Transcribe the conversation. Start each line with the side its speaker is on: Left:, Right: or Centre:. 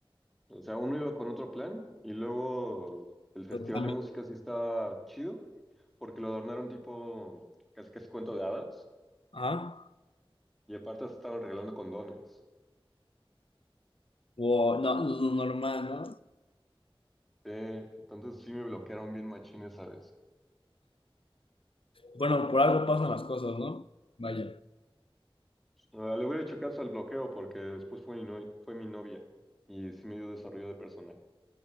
Centre: o sea, uno iba con otro plan y luego el festival
Left: Pero también,
Centre: de música sí estaba chido porque lo adornaron tipo casi casi cuento de hadas
Left: Ajá.
Centre: y aparte estaban regalando condones.
Left: O no, lo normal, ¿no?
Centre: Eh, entonces sí me bloquearon bien machín esa vez.
Left: Bueno, por algo pasan las cosas, ¿no? Vaya.
Centre: Ah, le hubiera hecho caso al bloqueo porque después fue mi, no- fue mi novia y sí me dio desarrollo de personaje.